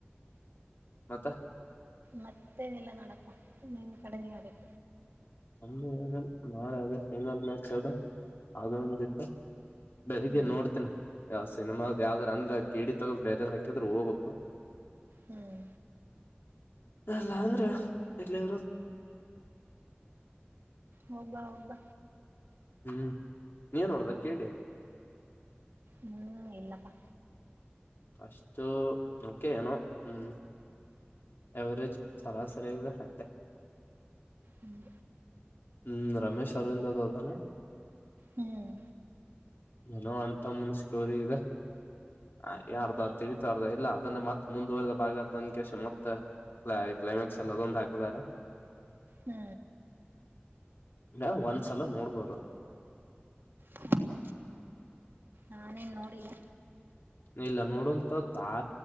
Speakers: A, on the left; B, on the right.
A: ಮತ್ತ.
B: ಮತ್ತೆನೀಲ್ಲ ನೋಡಪ ನಿಮ್ಮ ಕಡೆ ನಡದ.
A: ನಮ್ಮ ಏನ ನಾಳೆ ಅದೇ ಫೈನಲ್ ಮ್ಯಾಚ್ ಅದ ಒಂದಿತ್ತು. ಬೆಳಿಗ್ಗೆ
B: ಹ್ಮ್
A: ನೋಡ್ತನೆ ಆ ಸಿನಿಮಾದ ಯಾವ್ದಾರ ಅಂದ್ರೆ ಆ ಕೆಡಿ ತಗದ ಬೇರೆ ಹಾಕಿದ್ರರು ಹೋಗ್ಬೇಕು.
B: ಹ್ಮ್.
A: ಅಲ್ಲ ಅಂದ್ರ ಎಲ್ಲಿವರು.
B: ಹೋಗಬಾ ಹೋಗಬಾ.
A: ಹ್ಮ್ ನೀವ ನೋಡದ ಕೇಳಿ
B: ಹ್ಮ್ ಇಲ್ಲಪ್ಪಾ
A: ಅಷ್ಟು ಓಕೆ ಏನೋ ಹ್ಮ್ ಎವರೇಜ್ ಸರಾಸರಿಯ್ರೆ ಹತ್ತೆ
B: ಹ್ಮ್
A: ಹ್ಮ್ ರಮೇಶ ಅರವಿಂದದುತ
B: ಹ್ಮ್
A: ನನೋ ಅಣತಮ್ಮನ್ ಸ್ಟೋರಿ ಇದೆರ್ಧ
B: ಹ್ಮ್
A: ತಿ ಇಲ್ಲ ಅದನ್ನೇ ಮತ್ತತ್ ಮುಂದುವರದ ಭಾಗ ತನಕ ಮತ್ತೆ ಕ್ಲೈಮ್ಯಾಕ್ಸ್ ಎಲ್ಲ ಅದೊಂದು ಹಾಕಾರೆ
B: ಹ್ಮ್
A: ನಾವವು ಒಂದ್ಸಲ ನೋಡ್ಬೋದು
B: ಹ್ಮ ನಾನೇನ್ ನೋಡಿಲ್ಲ
A: ಇಲ್ಲ ನೋಡವಂಂತದ್ದ ಆ